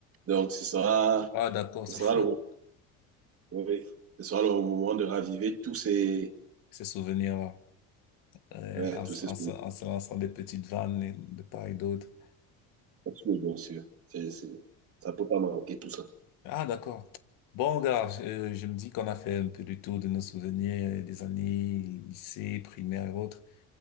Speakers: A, on the right (about 40°); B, on the left (about 65°).
A: Donc ce sera,
B: Ah, d'accord, c'est
A: ce sera
B: chouette,
A: le, oui, ce sera le moment de raviver tous ces,
B: ces souvenirs. euh,
A: ouais,
B: en,
A: tous
B: se
A: ces
B: en
A: souvenirs,
B: se- en se lançant des petites vannes et- de part et d'autre.
A: bien sûr. C est, ça peut pas manquer tout ça.
B: Ah, d'accord. Bon, gars, euh, je me dis qu'on a fait un peu le tour de nos souvenirs euh, des années lycée, primaire et autres.